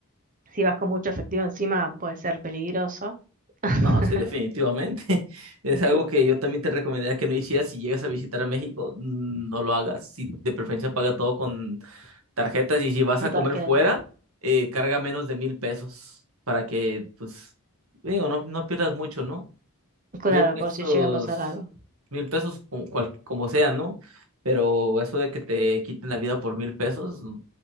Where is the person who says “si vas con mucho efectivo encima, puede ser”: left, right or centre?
Right